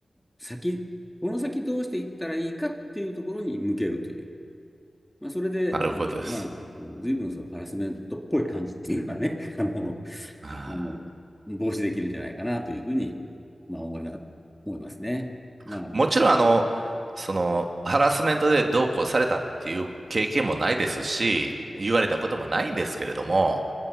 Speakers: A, in the centre; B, on the right.
A: 先、この先どうしていったらいいかっていうところに向けるという。まあ、それで、
B: なるほどです。
A: あの、まあ、あの随分そのハラスメントっぽい感じっていうのはね、<laughs> あの、
B: あ
A: あの、防止できるんじゃないかなというふうに、まあ、思いま、思いますね。
B: ーもちろん、
A: まあ、あの、
B: あの、その、ハラスメントでどうこうされたっていう経験もないですし、言われたこともないんですけれども、